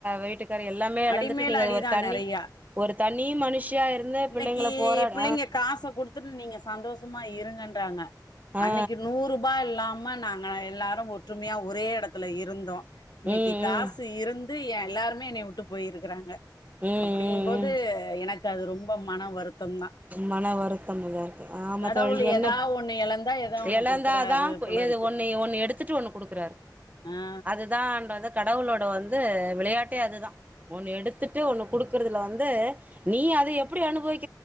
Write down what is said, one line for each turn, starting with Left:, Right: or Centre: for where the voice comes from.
Right: வீட்டுக்கரு எல்லாமே இழந்துட்டு
Left: அடிமேல
Right: நீங்க
Left: அடிதான்
Right: அது ஒரு தண்ணி
Left: நெறையா
Right: ஒரு தனீ மனுஷ் இருந்து
Left: இன்னைக்கு
Right: பிள்ளைங்கள போராட
Left: புள்ளைங்க காச நீங்க சந்தோஷமா இருங்கன்றாங்க
Right: ஆ
Left: அன்னைக்கு நூறுபா இல்லாம ஆமா நாங்க எல்லாரும் ஒற்றுமையா ஒரே இடத்துல இருந்தோம் இன்னைக்கி
Right: ம் ம்
Left: காசு
Right: ம்
Left: இருந் இருந்து எல்லாருமே என்னைய விட்டு போயிருக்கிறாங்க
Right: ம்
Left: அப்படிங்கும்போது
Right: ம்
Left: எனக்கு அது ரொம்ப மன வருத்தம்
Right: மன வருத்தம் இல்ல இருக்கு ஆ ஆமா
Left: கடவுள்
Right: தோழி என்ன
Left: ஏதா ஒண்ணு இழந்தா ஏதா ஒண்ணு
Right: இழந்தாதான்
Left: குடுக்குறாரு போல
Right: ஏது
Left: இருக்கு
Right: ஒண்ணு ஒண்ணு எடுத்துட்டு ஒண்ணு குடுக்குறாரு
Left: ஆ
Right: அதுதான் ஆ வந்து கடவுளோட வந்து து விளையாட்டே அதுதா ஒன்னு எடுத் வந்துட்டு ஒன்னு கொடுக்குறதுல வந்து நீ அத எப்படி அனுபவிக்க